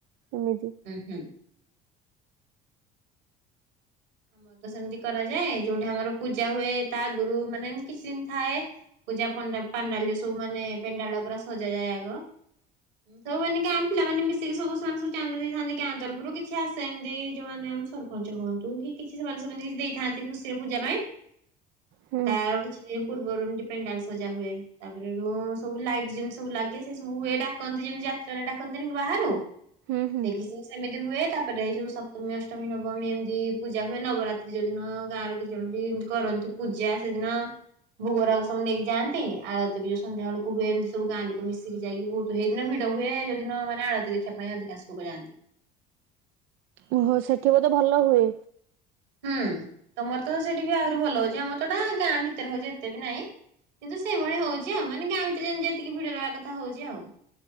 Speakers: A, on the right; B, on the right.
A: ଏମିତି।
B: ହୁଁ ହୁଁ। ଆମର ତ ସେମିତି କରାଯାଏ, ଯୋଉଠି ଆମର ପୂଜା ହୁଏ ତା ଆଗୁରୁ ମାନେ ଏମତି କିଛି ଦିନି ଥାଏ। ପୂଜା ପଣ୍ଡା ପାଣ୍ଡାଲ ସବୁ ମାନେ ପେଣ୍ଡାଲ ଟା ପୁରା ସଜା ଯାଏ ଆଗ। ସବୁ ମାନେ ଗାଁ ପିଲାମାନେ ମିଶିକି ସବୁ ସେମାନେ ସବୁ ଚାନ୍ଦା ଦେଇଥାନ୍ତି, ଗାଁ ତରଫରୁ କିଛି ଆସେ ଏମିତି ଯୋଉମାନେ ସରପଞ୍ଚ ହୁଅନ୍ତୁ, କି କିଛି ସେମାନେ ସେମାନେ କିଛି ଦେଇଥାନ୍ତି ଖୁସିରେ ପୂଜା ପାଇଁ,
A: ହୁଁ
B: ତାର କିଛି ସେ ପୂର୍ବରୁ ଏମିତି ପେଣ୍ଡାଲ ସଜା ହୁଏ। ତାପରେ ରୁ ସବୁ ଲାଇଟ୍ ଯେମି ସବୁ ଲାଗେ, ସେ ସବୁକୁ ଏ ଡାକନ୍ତି ଯେମିତି ଯାତ୍ରାରେ ଡାକନ୍ତିନି ବାହାରୁ।
A: ହୁଁ ହୁଁ
B: ସେ କିିଛି ଦିନି ସେମିତି ହୁଏ, ତାପରେ ଏଇ ଯୋଉ ସପ୍ତମୀ, ଅଷ୍ଟମୀ, ନବମୀ ଏମତି ପୂଜା ହୁଏ, ନବରାତ୍ରି ଯୋଉ ଦିନ ଗାଁରେ କିଛି ଜଣ ବି ଏମତି କରନ୍ତି ପୂଜା ସେଦିନ। ଭୋଗରାଗ ସବୁ ନେଇକି ଯାଆନ୍ତି, ଆଳତି ବି ଯୋଉ ସନ୍ଧ୍ୟାବେଳକୁ ହୁଏ। ଏମତି ସବୁ ଗାଁ ଲୋକ ମିଶିକି ଯାଇକି ବହୁତ ସେଇ ଦିନ ଭିଡ ହୁଏ, ଯୋଉଦିନ ମାନେ ଆଳତୀ ଦେଖିବା ପାଇଁ ଅଧିକାଂଶ ଲୋକ ଯାଆନ୍ତି।
A: ଓହୋ ସେଠି ବୋଧେ ଭଲ ହୁଏ।
B: ହୁଁ ତମର ତ ସେଠି ବି ଆହୁରି ଭଲ ହଉଚି, ଆମର ତଏଟା ଗାଁ ଭିତରେ ହଉଛି ଏତେ ବି ନାଇଁ। କିନ୍ତୁ ସେଇଭଳି ହଉଛି ଆଉ, ମାନେ ଗାଁ ଭିତରେ ଯେମ ଯେତିକି ଭିଡ ରହିିବା କଥା ହଉଛି ଆଉ।